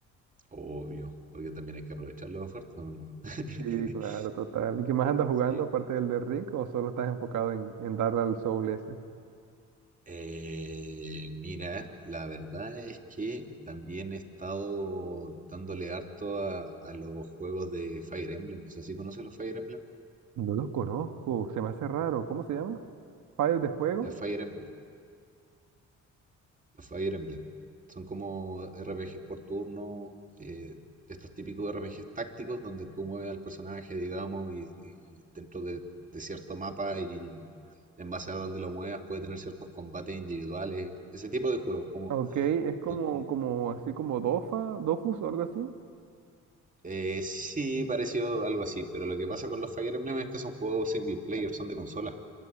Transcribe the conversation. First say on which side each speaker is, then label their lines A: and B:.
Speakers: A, on the right; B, on the right.
A: Obvio, porque también hay que aprovechar la oferta, ¿o no? <laughs>
B: Sí, claro, total. ¿Y qué más andas jugando
A: Sí.
B: aparte del de Ring o solo estás enfocado en, en darle al Soul ese?
A: Eh, mira, la verdad es que también he estado dándole harto a, a los juegos de Fire Emblem. No sé si conoces los Fire Emblem.
B: No lo conozco, se me hace raro. ¿Cómo se llama? ¿Fire de Fuego?
A: El Fire Emblem. Los Fire Emblem. Son como RPGs por turno, eh, estos típicos RPGs tácticos donde tú mueves al personaje, digamos, y, y dentro de, de cierto mapa y en base a donde lo muevas puede tener ciertos combates individuales. Ese tipo de juegos, como...
B: Ok, es como,
A: no- n-
B: como, así como Dofa, Dofus o algo así.
A: eh, sí, pareció algo así, pero lo que pasa con los Fire Emblem es que son juegos single player, son de consolas,